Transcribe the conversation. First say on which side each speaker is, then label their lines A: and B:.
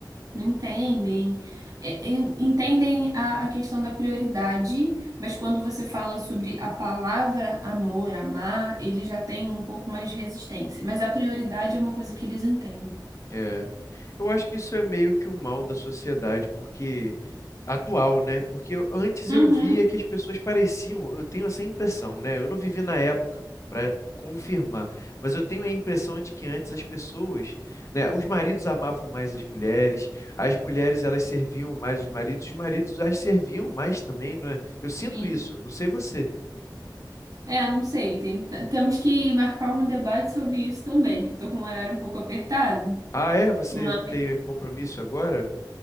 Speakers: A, on the right; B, on the left.
A: Não entendem, É, é, entendem a, a questão da prioridade, mas quando você fala sobre a palavra amor, amar, ele já tem um pouco mais de resistência. Mas a prioridade é uma coisa que eles entendem.
B: é. Eu acho que isso é meio que o mal da sociedade, porque atual, né? Porque eu- antes
A: Uhum.
B: eu via que as pessoas pareciam, eu tenho essa impressão, né? Eu não vivi na época para confirmar, mas eu tenho a impressão de que antes as pessoas, né, os maridos amavam mais as mulheres, as mulheres elas serviam mais os maridos, os maridos as serviam mais também, não é? Eu sinto
A: Sim.
B: isso, não sei você.
A: É, não sei. tem- t- temos que marcar um debate sobre isso também, porque estou com o horário um pouco apertado.
B: Ah, é? Você
A: Mas
B: tem compromisso agora?